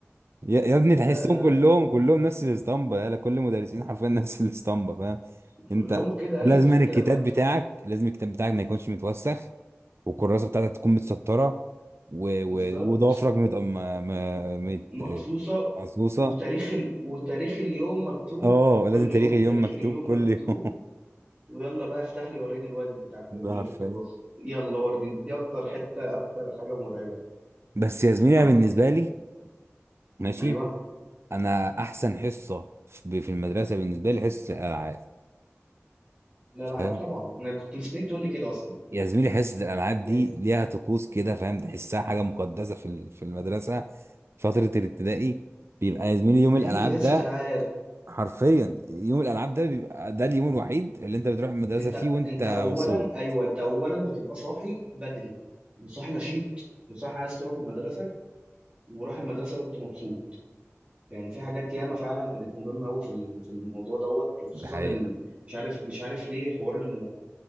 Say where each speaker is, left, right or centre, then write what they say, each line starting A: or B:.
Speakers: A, on the right; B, on the right.
A: يا يا ابني تحسهم
B: لا لا لا
A: كلهم كلهم نفس الاسطمبة يلا كل المدرسين حرفيا نفس الاسطمبة فاهم انت
B: كلهم كده
A: ولازم
B: ايوه فانت
A: الكتاب
B: لما تروح
A: بتاعك لازم الكتاب بتاعك ما يكونش متوسخ والكراسه بتاعتك تكون متسطره و...
B: بالظبط
A: و... وضوافرك مت... م... م... مت...
B: مقصوصة
A: مقصوصه
B: وتاريخ ال... وتاريخ اليوم مكتوب
A: اه
B: كل
A: لازم تاريخ
B: يوم
A: اليوم
B: تاريخ
A: مكتوب
B: اليوم
A: كل
B: مكتوب
A: يوم
B: ويلا بقى افتح لي وريني الواجب بتاع الكر-
A: <laughs> ده
B: اللي
A: حرفيا
B: في الكراسة يلا وريني دي اكتر حتة اكتر حاجة مرعبة
A: بس يا زميلي
B: طب
A: انا بالنسبه لي ماشي
B: ايوه
A: انا احسن حصه في في المدرسه بالنسبه لي حصه الالعاب
B: لا العاب
A: فاهم
B: طبعا انا كنت مستنيك تقول لي كده اصلا
A: يا زميلي حصه الالعاب
B: يعني
A: دي ليها طقوس كده فاهم تحسها حاجه مقدسه في ال- في المدرسه فتره الابتدائي بيبقى يا زميلي يوم
B: هي
A: الالعاب
B: هلسة
A: ده
B: العاب
A: حرفيا يوم الالعاب ده بيبقى ده اليوم الوحيد اللي انت بتروح المدرسه
B: انت
A: فيه وانت
B: انت اولا
A: مبسوط
B: ايوه انت اولا بتبقى صاحي بدري وصاحي نشيط وصاحي عايز تروح المدرسة وراح المدرسة وانت مبسوط يعني في حاجات ياما فعلا كانت مهمه قوي في ال- في الموضوع دوت وخصوصا
A: ده حقيقة
B: ال... مش عارف مش عارف ليه حوار ال...